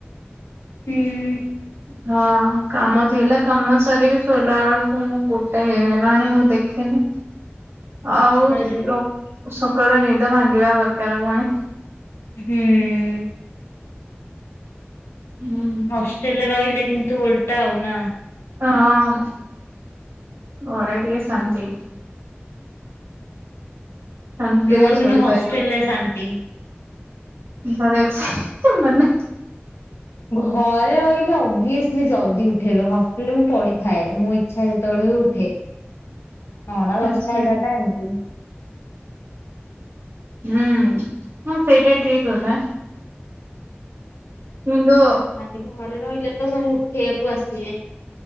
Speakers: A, on the left; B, on the right.
A: ହୁଁ
B: ହଁ କାମ ଥିଲା କାମ ସାରିକି ଶୋଇଲା ବେଳକୁ ମୁଁ ଗୋଟେ ହେଇଗଲାଣି ମୁଁ ଦେଖିନି। ଆଉ
A: ଆରେ
B: ସକାଳୁ ନିଦ ଭାଙ୍ଗିବା ଦରକାର ପୁଣି।
A: ହୁଁ।
B: ହୁଁ
A: ହଷ୍ଟେଲରେ ରହିଲେ କିନ୍ତୁ ଓଲଟା ଆଉ ନା
B: ହଁ ଘରେ ଟିକେ ଶାନ୍ତି। ଶାନ୍ତିରେ
A: ମୋର
B: ଶୋଇପାରିବ
A: କିନ୍ତୁ ହଷ୍ଟେଲରେ ଶାନ୍ତି।
B: ଘରେ <unintelligible>
A: ଘରେ ଅଇଲେ ଅବିଏସ୍ଲି ଜଲଦି ଉଠେଇବେ ହଷ୍ଟେଲରେ ମୁଁ ପଡିଥାଏ ମୋ ଇ ଚ୍ଛା ଯେତବଳେ ହୁଏ ଉଠେ।
B: <inaudible>
A: ନଅ ଟା ଦଶ
B: ଆଛା
A: ଟା ଏଗାରଟା ଏମତି।
B: ହୁଁ ହଁ ସେଇଟା ଠିକ୍ କଥା। ମୁଣ୍ଡୋ
A: ମାଲିକ ଘରେ ରହିଲେ ତ ସବୁ ଉଠେଇଆକୁ ଆସିବେ।